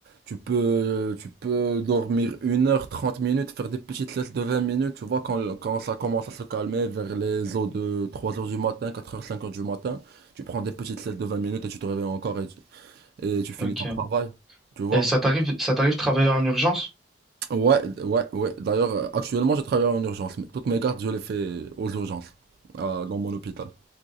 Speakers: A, on the right (about 60°); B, in the centre.
A: Tu peux, tu peux dormir une heure, 30 minutes, faire des petites siestes de 20 minutes, tu vois, quand, quand ça commence à se calmer vers les eaux de 3 heures du matin, 4 heures, 5 heures du matin, tu prends des petites siestes de 20 minutes et tu te réveilles encore et tu, et tu finis
B: Ok.
A: ton travail, tu vois.
B: Et ça t'arrive, ça t'arrive de travailler en urgence?
A: Ouais, d- ouais, ouais. D'ailleurs, euh, actuellement, je travaille en urgence, mais toutes mes gardes, je les fais aux urgences, à- dans mon hôpital.